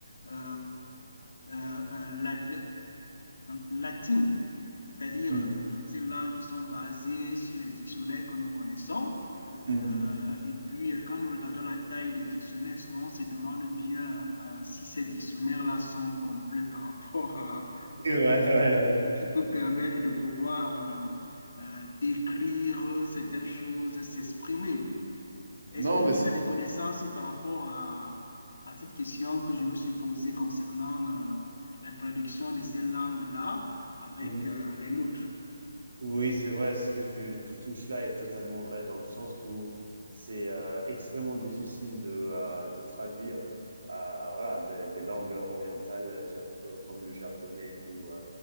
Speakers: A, on the left; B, on the right.
A: euh, euh, la- latines, c'est-à-dire
B: Mmh.
A: euh, toutes ces langues qui sont basées sur les dictionnaires que nous connaissons.
B: Mmh
A: Euh, et puis, euh, quand nous regardons la taille des dictionnaires, souvent on se demande bien euh, si ces dictionnaires-là sont complets par rapport à
B: Ouais, ouais, ouais.
A: et qui peut permettre de pouvoir euh, euh, décrire certaines choses, s'exprimer. Est-ce
B: Non,
A: que tu
B: mais c'est
A: as des connaissances par rapport à, à cette question que je me suis posée concernant euh, la traduction de ces langues-là avec
B: Mmh.
A: euh, les nôtres?
B: Oui, c'est vrai, ce que tu, tu touches là est totalement vrai dans le sens où c'est euh, extrêmement difficile de, euh, de traduire euh, voilà, des des langues orientales euh, jap- euh, comme le japonais ou, euh,